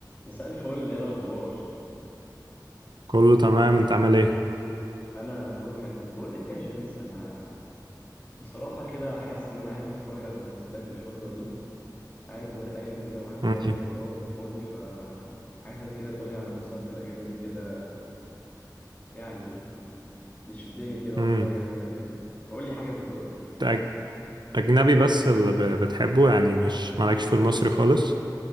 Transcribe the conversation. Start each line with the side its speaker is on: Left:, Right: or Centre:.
Left: مساء الفل ايه الاخبار
Right: كله تمام انت عامل ايه
Left: انا كله حلو بقول لك إيه يا جيمس انا بصراحه كده حاسس ان انا عايز اتفرج على مسلسلات الفتره دي قاعد زهقان كده وعندي
Right: مم.
Left: وقت فراغ وفاضي ف عايزك كده تقولي على مسلسل اجنبي كده يعني يشدني كده
Right: مم.
Left: واتفرج عليه ويعجبني فقول لي حاجه من ذوقك
Right: انت أج- اجنبي بس اللي ب- بتحبه يعني مش مالكش في المصري خالص